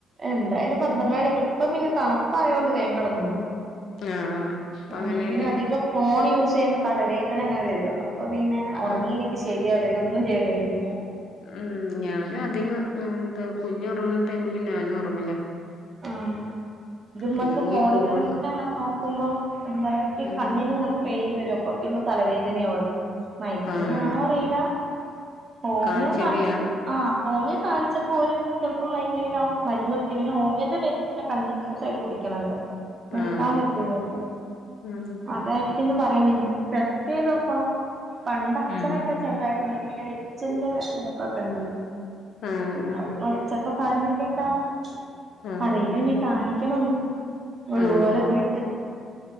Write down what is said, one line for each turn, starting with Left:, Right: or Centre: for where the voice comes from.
Right: എന്തായാലും പന്ത്രണ്ട്
Left: ഉം
Right: മണിക്ക് ഇപ്പം പിന്നെ തണുപ്പായോണ്ട് വേം കെടന്നോളും
Left: ആഹ് അപ്പ
Right: ആഹ്
Left: അങ്ങനെയല്ലേ
Right: പിന്നെ അധികം ഫോൺ യൂസ് ചെയ്യുമ്പോ തലവേദന ഇങ്ങനെ വരു അപ്പൊ പിന്നെ ഒറങ്ങീലെങ്കി
Left: ആഹ്
Right: ശരിയാവൂല പിന്നെ ഒന്നും ചെയ്യാൻ കഴിയൂല
Left: ഉം ഞാനും അധികം എന്താ കുഞ്ഞ് ഒറങ്ങുന്ന ടൈമില് ഞാനും ഒറങ്ങലാ
Right: ആഹ് ഇത് മ്മക്ക്
Left: അല്ലെങ്കി
Right: ഫോണിലെന്നെ
Left: ഓള്
Right: ങ്ങനെ നോക്കുമ്പോ എന്താറ ഇൻക്ക്
Left: ഉം
Right: കണ്ണിന് ഇങ്ങനെ പെയിന് വരും അപ്പൊ പിന്നെ തലവേദനയാവും അത് മൈഗ്രൻ
Left: ആഹ്
Right: ആണോ അറിയില്ല ഹോമിയോ
Left: കാണിച്ചിട്ടില്ല
Right: കാൺചെപ്പ ആഹ് ഹോമിയോ കാണിച്ചപ്പോ ഒരു ചെലപ്പം മൈഗ്രൈൻ ആവും മരുന്ന് പിന്നെ ഹോം മിയോന്റെ മരുന്ന് പിന്നെ കണ്ടിന്യൂസ് ആയിട്ട് കുടിക്കണല്ലോ നിർത്താൻ
Left: ആഹ്
Right: പറ്റൂലല്ലോ
Left: ഉം
Right: അതെ ന്ന് പറയണെങ്കിൽ പ്രത്യേകാക്കണം പണ്ടച്ഛനൊക്കെ
Left: ഉം
Right: ചെറുതായിട്ട് ണ്ടെനി പിന്നെ വലി അച്ചന്റെ മോക്കൊക്കെ ഇണ്ടേനി
Left: ആഹ്
Right: അപ്പൊ ചെലപ്പോ പാരമ്പര്യം ഇണ്ടാവും
Left: ആഹ് ആഹ്
Right: അറീലന്നീ കാണിക്കണം ന്ന് ഒഴിവോലെ
Left: ആഹ്
Right: പോയിട്ട്